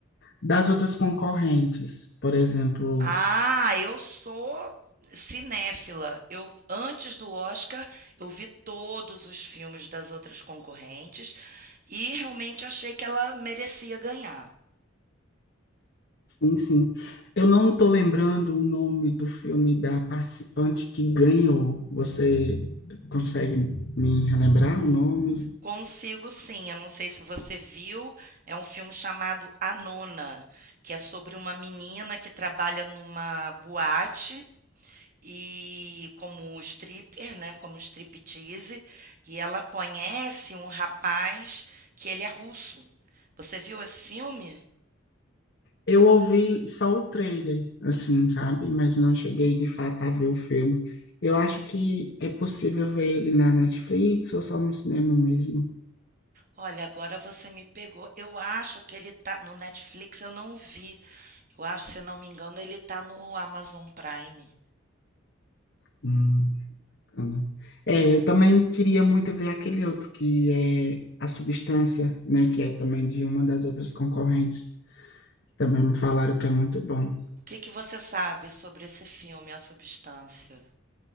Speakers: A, on the left (about 55°); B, on the right (about 45°).
A: Das outras concorrentes, por exemplo.
B: Ah, eu sou cinéfila. Eu antes do Oscar, eu vi todos os filmes das outras concorrentes e realmente achei que ela merecia ganhar.
A: Sim, sim. Eu não estou lembrando o nome do filme da participante que ganhou. Você consegue me relembrar o nome?
B: Consigo sim, eu não sei se você viu, é um filme chamado A Nona, que é sobre uma menina que trabalha numa boate e como stripper, né, como striptease, e ela conhece um rapaz que ele é russo. Você viu esse filme?
A: Eu ouvi só o trailer, assim, sabe? Mas não cheguei de fato a ver o filme. Eu acho que é possível ver ele na Netflix ou só no cinema mesmo.
B: Olha, agora você me pegou. Eu acho que ele tá no Netflix, eu não vi. Eu acho, se não me engano, ele tá no Amazon Prime.
A: Hum. Bacana. É, eu também queria muito ver aquele outro que é A Substância, né, que é também de uma das outras concorrentes. Também me falaram que é muito bom.
B: O que que você sabe sobre esse filme, A Substância?